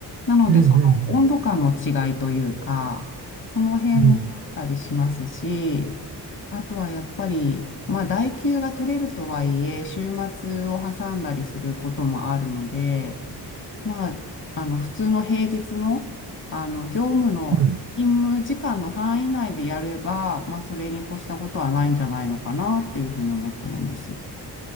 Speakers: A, on the left (about 50°); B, on the right (about 65°).
A: なので、
B: うんうん
A: その温度感の違いというか、その辺もあったりしますし、
B: うん。うん。
A: あとはやっぱり、まあ、代休が取れるとはいえ、週末を挟んだりすることもあるので、まあ、あの普通の平日の、あの業務の勤務時間の範囲内でやれば、
B: うん。
A: まあ、それに越したことはないんじゃないのかなっていうふうに思ってるんです。